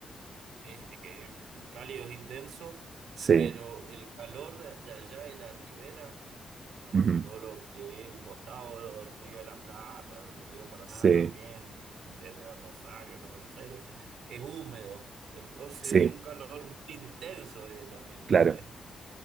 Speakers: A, on the right; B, on the right.
A: es, eh, cálido, es intenso,
B: sí,
A: pero el calor de, de allá de la ribera, eh,
B: ujú,
A: todo lo que es el costado del Río de la Plata, el Río Paraná
B: Sí,
A: también, desde Rosario hasta Buenos Aires, es húmedo, entonces
B: sí,
A: es un calor muy intenso eh, también,
B: claro.
A: ¿no? Es,